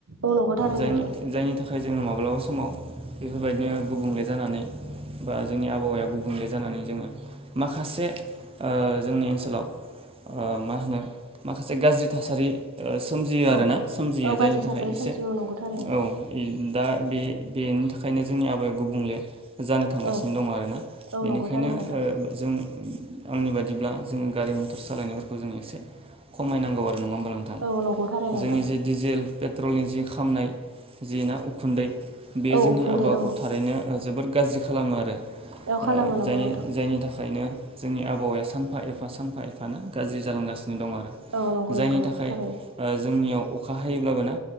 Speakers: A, on the right (about 75°); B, on the right (about 25°).
A: औ नंगौ थारैनो
B: जायनि-जायनि
A: नोंथां
B: थाखाय खाय जोङो माब्लाबा समाव बेफोरबायदिनो गुबुंले जानानै बा जोंनि आबहावाया गुबुंले जानानै जोङो माखासे ओ जोंनि ओनसोलाव ओ मा होनो माखासे गाज्रि थासारि ओ सोमजियो
A: औ
B: आरोना सोमजियो
A: औ गाज्रि
B: जायनि थाखाय
A: थासारि
B: एसे
A: सोमजियो औ नंगौ थारैनो
B: औ उम दा बे बेनि थाखायनो जोंनि आबाहावाया गुबुंले जानो थांगासिनो
A: औ
B: दं आरोना
A: औ
B: बेनिखायनो
A: नंगौ थारैनो नोंथां
B: ओ जों आंनि बादिब्ला जों गारि मटर सालायनायफोरखौ जों एसे खमायनांगौ आरो नङा होमबा नोंथां
A: औ नंगौ थारै नोंथां।
B: जोंनि जि डिजेल पेट्रलनि जि खामनाय जि ना उखुन्दै बे
A: औ
B: जोंनि
A: उखुन्दै
B: आबहावाखौ
A: औ
B: थारैनो ओ जोबोद गाज्रि खालामो आरो
A: औ खालामो
B: ओ
A: नंगौ
B: जायनि
A: नोंथां
B: जायनि थाखायनो जोंनि आबावाया सानफा एफा सानफा एफानो गाज्रि जालांगासिनो दं आरो
A: औ नंगौ
B: जायनि
A: नंगौ नंगौ
B: थाखाय
A: थारैनो
B: ओ जोंनियाव अखा हायोब्लाबो ना